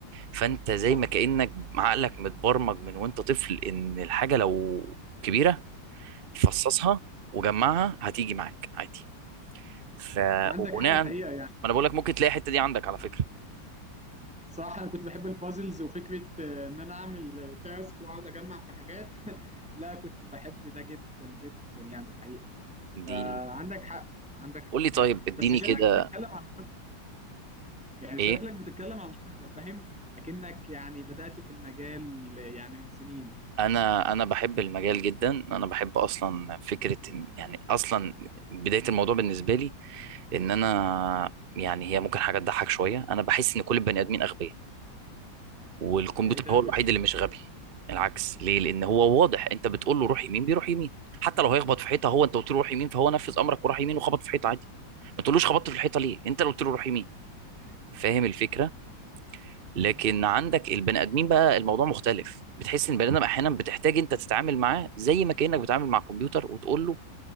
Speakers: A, on the right; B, in the centre.
A: فانت زي
B: صح
A: ما كأنك عقلك متبرمج من وانت طفل ان الحاجة لو كبيرة فصصها وجمعها هتيجي معاك عادي ف
B: عندك
A: وبناء
B: حق الحقيقه
A: ما
B: يعني
A: انا بقول لك ممكن تلاقي الحتة دي عندك على فكرة
B: صراحة أنا كنت بحب البازلز وفكرة آه، إن أنا أعمل تاسك وأقعد أجمع في حاجات <laughs> لا كنت بحب ده جدا جدا يعني الحقيقة فعندك
A: دي
B: حق عندك
A: قول لي طيب
B: حق
A: اديني
B: بس شكلك
A: كده
B: بتتكلم عن يعني
A: ايه
B: شكلك بتتكلم عن خبرة فاهم أكنك يعني بدأت في المجال يعني من سنين
A: انا انا بحب المجال جدا انا بحب اصلا فكرة إن- يعني اصلا بداية الموضوع بالنسبة لي ان انا يعني هي ممكن حاجه تضحك شويه انا بحس ان كل البني ادمين اغبياء والكمبيوتر
B: يعني إيه ده
A: هو
B: غريب
A: الوحيد اللي مش غبي العكس ليه لان هو واضح انت بتقول له روح يمين بيروح يمين حتى لو هيخبط في حيطه هو انت قلت له روح يمين فهو نفذ امرك وراح يمين وخبط في حيطه عادي ما تقولوش خبطت في الحيطه ليه انت اللي قلت له روح يمين فاهم الفكره لكن
B: مم.
A: عندك البني ادمين بقى الموضوع مختلف بتحس ان البني ادم احيانا بتحتاج انت تتعامل معاه زي ما كانك بتتعامل مع كمبيوتر وتقول له